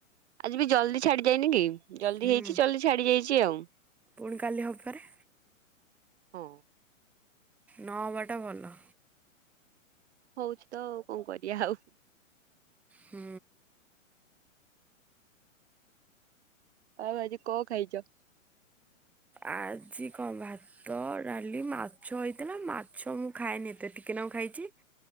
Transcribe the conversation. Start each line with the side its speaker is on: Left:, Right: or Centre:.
Right: ଆଜି ବି ଜଲଦି ଛାଡ଼ିଯାଇନି କି? ଜଲଦି
Centre: ହୁଁ
Right: ହେଇଛି ଜଲଦି ଛାଡ଼ିଯାଇଚି ଆଉ।
Centre: ପୁଣି କାଲି ହେବପରା।
Right: ହଁ
Centre: ନ ହବାଟା ଭଲ।
Right: ହୋଉଚି ତ ଆଉ କଣ କରିବା ଆଉ।
Centre: ହୁଁ।
Right: ଆଉ ଆଜି କନ ଖାଇଚ?
Centre: ଆଜି କଣ ଭା ତ ଡାଲି, ମାଛ ହେଇଥିଲା ମାଛ ମୁଁ ଖାଏନି ଏ ତେ ଟିକେ ନାଗୁଁ ଖାଇଚି